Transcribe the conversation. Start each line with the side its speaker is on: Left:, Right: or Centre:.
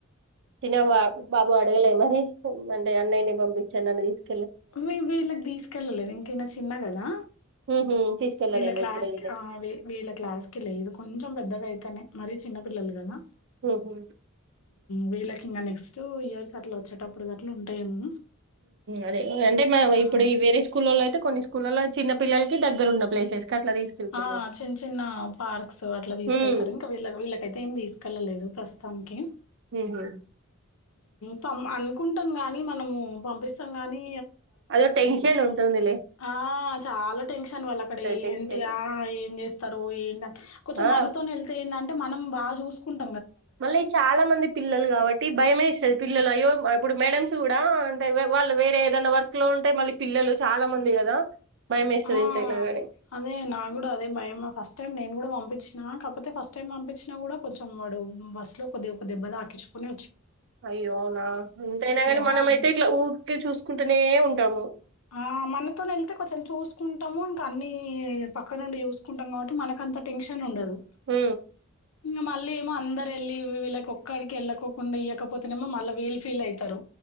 Right: తిన బాబు అడగలే మరి అంటే అన్నయ్యని పంపిచ్చార్ నన్ను తీసుకు
Left: మేబి ఈల్లక్ తీసుకెల్ల లేద్ ఇంక ఈయన చిన్న గదా
Right: హుహు. తీసుకెళ్లరేమో
Left: వీళ్ళ క్లాస్క
Right: ఇప్పుడే వీళ్ళకి.
Left: ఆ వీళ్ళ క్లాస్ కి లేదు కొంచం పెద్దగా అయితేనే మరీ చిన్నపిల్లలు కదా
Right: హు ఉ
Left: వీళ్ళకి ఇంకా నెక్స్ట్ ఇయర్స్ అట్ల వచ్చేటప్పుడు అట్లా ఉంటాయేమో
Right: అదే అంటే మ
Left: హ్మ్.
Right: ఇప్పుడు ఈ వేరే స్కూల్లో అయితే కొన్నిూ స్కూలలో చిన్న పిల్లలకి దగ్గర ఉన్న ప్లేసెస్ కి అట్లా తీసుకెళ్తున్నారు.
Left: ఆ చిన్న చిన్న పార్క్స్ అట్ల తీసుకెళ్తారు
Right: హ్మ్
Left: ఇంకా వీళ్ళ వీళ్ళకయితే ఏమి తీసుకెళ్లలేదు ప్రస్తుతం తనికిే
Right: హుహు
Left: పం అనుకుంటాం గాని మనము పంపిస్తాం నీ
Right: అద టెన్షన్ ఉంటుందిలి
Left: ఆ చాలా టెన్షన్ వాళ్ళు అక్కడ
Right: టెన్షన్.
Left: ఏంటి ఆ ఏం చేస్తారు ఏంటి కొంచెం
Right: ఆ
Left: మనతోనే వెళ్తేయిందంటే మనం బాగా చూసుకుంట
Right: మళ్ళీ చాలా మంది పిల్లలు కాబట్టి భయమే పిల్లలు అయ్యో ఇప్పుడు మేడమ్స్ కూడా అంటే వాళ్ళు వేరే ఏదైనా వర్క్ లో ఉంటే మళ్ళీ పిల్లలు చాలా మంది ఉంది కదా భయమేస్తది
Left: ఆ
Right: ఎంతైనా గాని.
Left: అదే నా కూడా అదే భయమా ఫస్ట్ టైం నేను కూడా పంపించి కాకపోతే ఫస్ట్ టైం పంపించినా కూడా కొంచెం వాడు బస్ లో కొది ఒక దెబ్బ తాకించుకుని
Right: అయ్య అవునా ఎంతైనా ని
Left: ఆ!
Right: మనమ అయితే ఇట్లా ఊరికే చూసుకుంటూనే ఉంటాము
Left: ఆ మనతో వెళ్తే తే కొంచెం చూసుకుంటాము ఇంకా అన్నిీ పక్కనుండి చూసుకుంటాం కాబట్టి మనకు అంత టెన్షన్ ఉండదు
Right: హ
Left: ఇంక మళ్ళీ ఏమో అందరు వెళ్ళలి వీళ్ళకి ఒక్కడికి వెళ్ళకోకుండా ఇయ్యకపోతేనేమో మళ్ళీ వీల్ ఫీల్ అవుతారు